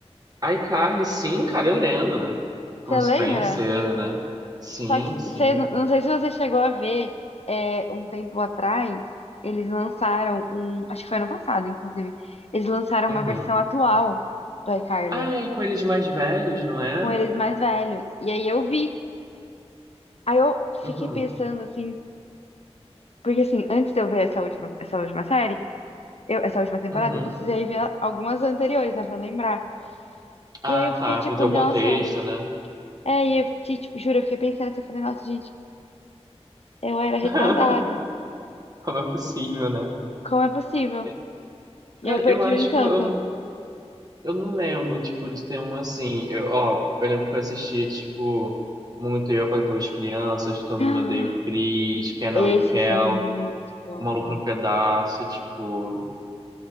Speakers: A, on the right (about 35°); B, on the left (about 65°).
A: iCarly, sim, cara, eu lembro. Com
B: Você
A: Spencer,
B: lembra?
A: né? Sim,
B: Só que
A: sim.
B: você, não sei se você chegou a ver, é, um tempo atrás, eles lançaram um. Acho que foi ano passado, inclusive. Eles lançaram
A: Uhum.
B: uma versão atual do iCarly,
A: Ah, é com eles mais velhos, não é?
B: com eles mais velhos. E aí eu vi. Aí eu
A: Uhum,
B: fiquei pensando assim. Porque assim, antes de eu ver essa última, essa última série, eu- essa última temporada,
A: uhum.
B: eu precisei ver algumas anteriores, né, pra lembrar.
A: Ah,
B: E aí eu fiquei
A: tá,
B: tipo,
A: pro teu
B: nossa.
A: contexto, né?
B: É, e eu fiquei, tipo, juro, eu fiquei pensando assim, eu falei, nossa, gente, eu era retardada.
A: <laughs> Como é possível, né?
B: Como é possível?
A: É.
B: E
A: Cara,
B: aí eu
A: eu
B: perdi
A: acho
B: o encanto.
A: que eu, eu, eu não lembro, tipo, de ter uma assim. Eu, ó, eu lembro que eu assistia, tipo, muito Eu para Duas Crianças, Todo
B: Ah,
A: Mundo Odeia o Chris, Kenan
B: Esses
A: e Kel,
B: são muito bons
A: O Maluco
B: também.
A: no Pedaço, tipo.